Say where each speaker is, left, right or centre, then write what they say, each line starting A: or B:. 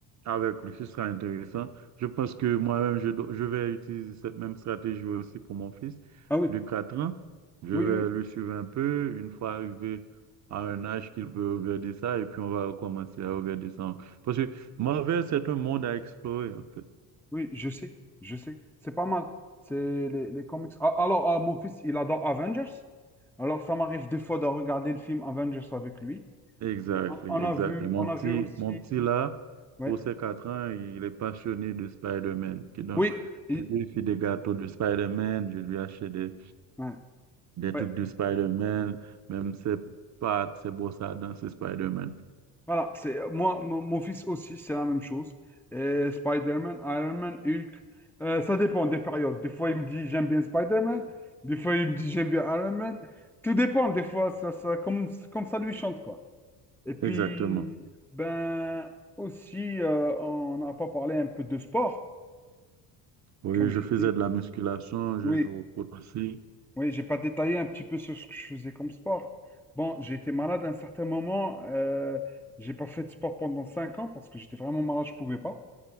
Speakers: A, on the right; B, in the centre.
A: avec lui. Ce sera intéressant. Je pense que moi-même, je, dois- je vais utiliser cette même stratégie aussi pour mon fils
B: Ah oui,
A: de 4 ans. Je
B: oui,
A: vais
B: oui.
A: le suivre un peu. Une fois arrivé à un âge qu'il peut regarder ça, et puis on va recommencer à regarder ça. Parce que Marvel, c'est un monde à explorer, en fait.
B: Oui, je sais, je sais. C'est pas mal. C'est les, les comics. Ah, Alors, ah, mon fils, il adore Avengers. Alors, ça m'arrive des fois de regarder le film Avengers avec lui.
A: Exactly,
B: On, on a
A: exactly.
B: vu,
A: Mon
B: on a
A: petit,
B: vu aussi.
A: mon petit là,
B: Ouais.
A: pour ses 4 ans, il est passionné de Spider-Man. Qui Donc,
B: Oui. il-
A: je lui fais des gâteaux de Spider-Man, je lui achète des,
B: Ouais.
A: des
B: ouais.
A: trucs de Spider-Man, même ses pattes, ses brosses à dents, c'est Spider-Man.
B: Voilà. C'est moi, mon, mon fils aussi, c'est la même chose. Et Spider-Man, Iron Man, Hulk. Euh, ça dépend des périodes. Des fois, il me dit j'aime bien Spider-Man. Des fois, il me dit j'aime bien Iron Man. Tout dépend. Des fois, ça, ça, comme, comme ça lui chante, quoi. Et puis,
A: Exactement.
B: ben, aussi, euh, on n'a pas parlé un peu de sport,
A: Oui,
B: comme
A: je
B: j'ai
A: faisais
B: dit.
A: de la musculation, je
B: Oui,
A: joue au foot aussi.
B: oui, j'ai pas détaillé un petit peu sur ce que je faisais comme sport. Bon, j'ai été malade à un certain moment. Euh, j'ai pas fait de sport pendant cinq ans parce que j'étais vraiment malade, je pouvais pas.